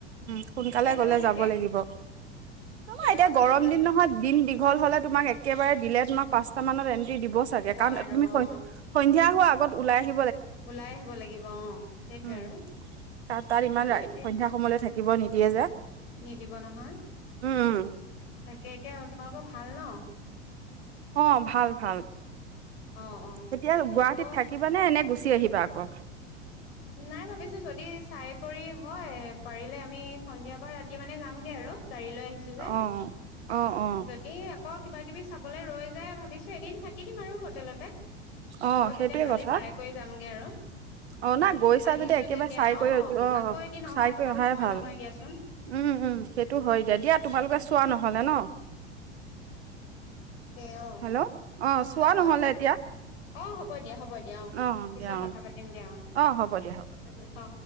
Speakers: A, on the right; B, on the left.
A: উম সোনকালে
B: কেইটালে
A: গলে
B: থাকে
A: যাব লাগিব তোমা
B: কেইটা
A: এতিয়া
B: বজালে
A: গৰম
B: খোলা
A: দিন নহয় দিন দীঘল হলে তোমাক একেবাৰে দিলে তোমাক পাঁচটা মানত এন ন্টি দিব চাগে কাণ
B: আৰু
A: মে
B: অ
A: সয় সন্ধিয়া হোৱা আ গত ওলাই আহি
B: ওলাই আহিব লাগিব অ সেইটোৱে
A: উম
B: আৰু
A: তাত তাত ইমান
B: তাকে এতিয়া
A: সন্ধিয়া সময়লৈ থাকিব নিদিয়ে যে
B: নিদিব নহয়
A: উম উম
B: তাকে এতিয়া তোমালোকো ভাল ন
A: উম অ ভাল ভাল
B: অ অ
A: এতিয়া গুৱাহাটীত
B: আকৌ
A: থাকিবানে এনে গুচি আহিবা আকৌ
B: নাই ভাবিছো যদি চাই কৰি হয় পাৰিলে আমি সন্ধিয়া পৰা ৰাতি মানে যামগে আৰু গাড়ী লৈ আহিছো যে
A: অ অ অ
B: যদি আকৌ কিবা কিবি চাবলৈ ৰৈ যায় ভাবিছো এদিন থাকি দিম আৰু হোটেলতে
A: অ
B: আকৌ
A: সেইটোৱে
B: তেতিয়া কালি
A: কথা
B: চাই কৰিৈ যামগে আৰু
A: অ না গৈছা
B: আহিছো
A: যদি একেবাৰে
B: যেতিয়া
A: চাই কৰি অ
B: আকৌ এদিন অহা
A: চাই কৰি
B: তোমাৰ
A: অহাই
B: সময়
A: ভাল
B: নহয় দিয়াচোন
A: উম উম সেইটো হয় দিয়া দিয়া তোমালোকে চোৱা নহয় হলে ন
B: হে অ
A: হেল্ল' অ চোৱা
B: অা
A: নহলে এতিয়া
B: অ হ'ব দিয়া হ'ব দিয়া দিয়া
A: অ
B: পিছত
A: দিয়া অ
B: কথা পাতিম দিয়া
A: অ হ'ব দিয়া হ'ব
B: অ অ অ